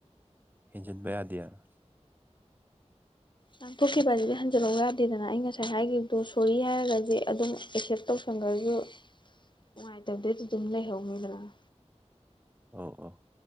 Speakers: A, on the right; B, on the left.
A: ꯍꯦꯟꯖꯤꯟꯕ ꯌꯥꯗꯦꯅ
B: ꯉꯥꯡꯊꯣꯛꯈꯤꯕ ꯑꯁꯤꯗꯤ ꯍꯟꯖꯤꯜꯍꯧ ꯌꯥꯗꯦꯗꯅ ꯑꯩ ꯉꯁꯥꯏ ꯍꯥꯏꯈꯤꯕꯗꯣ ꯁꯣꯔꯤ ꯍꯥꯏꯔꯒꯁꯦ ꯑꯗꯨꯝ ꯑꯦꯛꯁꯦꯞ ꯇꯧꯁ ꯁꯪꯒꯥꯏꯁꯨ
A: <inaudible>
B: ꯅꯨꯡꯉꯥꯏꯇꯕꯗꯨꯗꯤ ꯑꯗꯨꯝ ꯂꯩꯍꯧꯅꯤꯗꯅ
A: ꯑꯣ ꯑꯣ